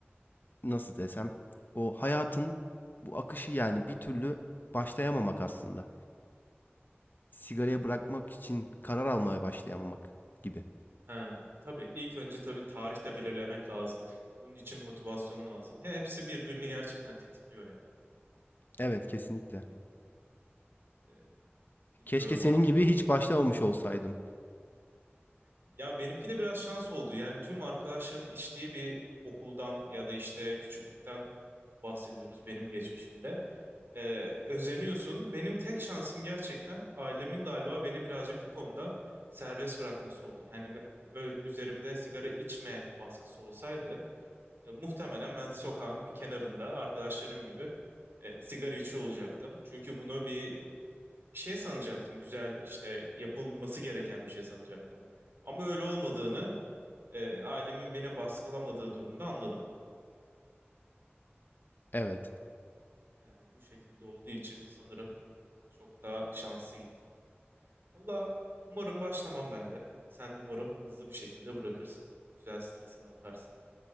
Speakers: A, on the left; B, on the right.
A: nasıl desem o hayatın bu akışı yani bir türlü başlayamamak aslında. Sigaraya bırakmak için karar almaya başlayamamak gibi.
B: Ha, tabii ilk önce tabii tarih de belirlemek lazım. Bunun için motivasyon lazım. Ya hepsi birbirini gerçekten tetikliyor ya.
A: Evet kesinlikle.
B: E, bilmiyorum
A: Keşke senin
B: artık
A: gibi
B: nasıl
A: hiç başlamamış olsaydım.
B: Ya benimki de biraz şans oldu. Yani tüm arkadaşların içtiği bir okuldan ya da işte küçüklükten bahsediyoruz benim geçmişimde. Ee, özeniyorsun. Benim tek şansım gerçekten ailemin galiba beni birazcık bu konuda serbest bırakması oldu. Yani me- ö- üzerimde sigara içme baskısı olsaydı e, muhtemelen ben sokağın bir kenarında arkadaşlarım gibi e, sigara içiyor olacaktım. Çünkü bunu bir bir şey sanacaktım. Güzel işte yapılması gereken bir şey sanacaktım. Ama öyle olmadığını e, ailemin beni baskılamadığı durumda anladım.
A: Evet.
B: Yani bu şekilde olduğu için sanırım çok daha şanslı gittim. Valla umarım başlamam ben de. Sen de umarım hızlı bir şekilde bırakırsın. Güzel stresini atarsın.